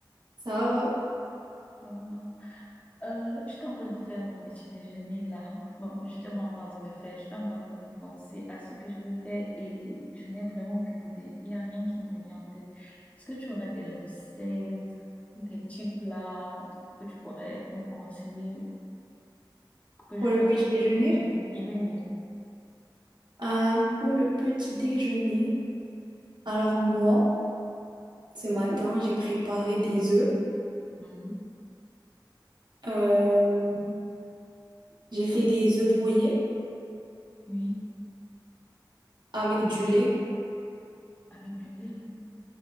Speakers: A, on the right; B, on the left.
A: Ça va
B: Ça va. Euh, j'étais en train de faire mon petit déjeuner là. Bon, je n'étais pas encore en train de le faire, j'étais encore en train de penser à ce que je veux faire et je n'ai vraiment aucune idée. Il n'y a rien qui ne me vient en tête. Est-ce que tu aurais des recettes ou des petits plats que tu pourrais me conseiller pour que
A: Pour
B: je
A: le
B: fasse
A: petit
B: mon
A: déjeuner?
B: petit déjeuner? Et oui, oui.
A: Euh, pour le petit déjeuner, alors moi, ce matin, j'ai préparé des œufs.
B: Mhm.
A: Euh, j'ai fait des œufs brouillés
B: Oui,
A: avec du
B: je...
A: lait.
B: avec du lait, hein.